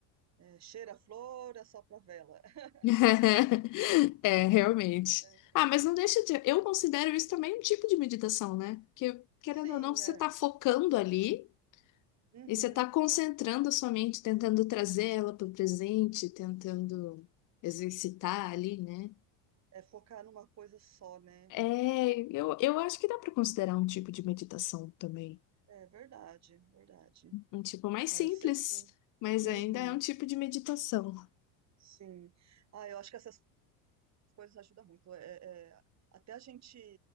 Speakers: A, on the right (about 40°); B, on the left (about 45°).
A: É, cheira a flor, assopra a vela. <laughs>
B: <laughs> É, realmente.
A: É,
B: Ah, mas não deixa de. Eu considero isso também um tipo de meditação, né? Porque, querendo
A: sim,
B: ou não, você
A: é.
B: está focando ali
A: Uhum.
B: e você está concentrando a sua mente, tentando trazer ela para o presente, tentando exercitar ali, né?
A: É focar numa coisa só, né?
B: É, eu, eu acho que dá para considerar um tipo de meditação também.
A: É verdade, verdade.
B: Um tipo mais
A: Ah,
B: simples,
A: eu sei que
B: mas
A: Uhum,
B: ainda é um tipo de meditação.
A: sim. Ah, eu acho que essas coisas ajudam muito. É, é, até a gente.